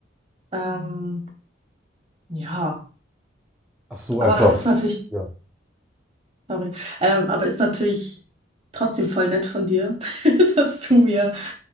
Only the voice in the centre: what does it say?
Ach so,
einfach
ja.